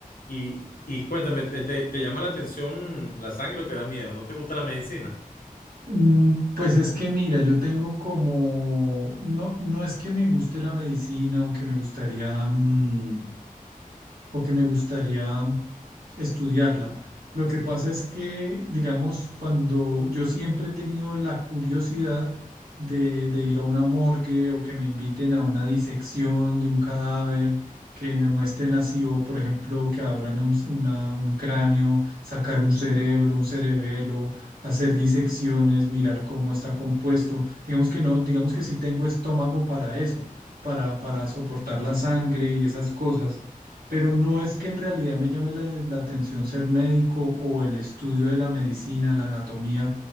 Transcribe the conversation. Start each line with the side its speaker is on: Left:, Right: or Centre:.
Left: Y, y cuéntame, ¿te, te- te llama la atención la sangre o te da miedo? ¿No te gusta la medicina?
Right: Mm, Pues es que mira, yo tengo como, no, no es que me guste la medicina o que me gustaría, mm, o que me gustaría estudiarla. Lo que pasa es que, digamos, cuando yo siempre he tenido la curiosidad de, de ir a una morgue o que me inviten a una disección de un cadáver, que me muestren así, o por ejemplo, que abran un, una- un cráneo, sacar un cerebro, un cerebelo, hacer disecciones, mirar cómo está compuesto. Digamos que no, digamos que sí tengo estómago para eso, para, para soportar la sangre y esas cosas pero no es que en realidad me llame la, la atención ser médico o el estudio de la medicina, la anatomía,